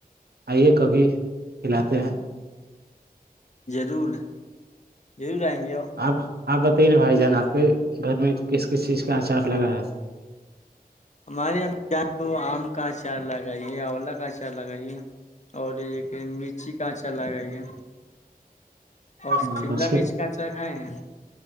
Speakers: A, on the right (about 85°); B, on the left (about 50°).
A: آئیے کبھی کھلاتے ہیں
B: رور ضرور آئیں گے آ
A: آپ آپ بتائیے نا بھائی جان آپ کے گھر میں کس کس چیز کا آچار لگا ہے
B: ہمارے یہاں وہ آم کا اچار لگائیے اولا کا اچار لگائیے اور ایک مرچی کا اچار لگائیے اور
A: ہے
B: شملا مرچ کچا کھائے ہیں